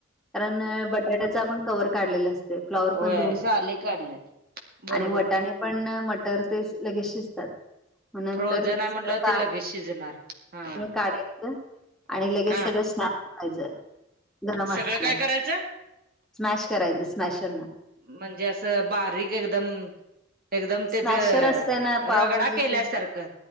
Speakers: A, in the centre; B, on the right.
A: कारण बटाट्याच आपण कवर काढलेलं असत फ्लाॉवर
B: व्हय
A: पण ध
B: साली काढल्यात बरोबर
A: आणि वटाणे
B: आहे
A: पण मटर ते लगेच शिजतात मग नंतर
B: फ्रोझन आहे म्हटल्यावर
A: ह
B: ते लगेच शिजणार हा
A: काढायचं आणि लगेच
B: हा
A: सगळं स्नान करायचं गरम
B: सगळं
A: असतानाच
B: काय करायचं
A: स्मॅश करायचं स्मॅशर ना
B: म्हणजे असं बारीक एकदम एकदम
A: स्मॅशर
B: त्याच
A: असतय ना पावभाजीच
B: रगडा केल्यासारखं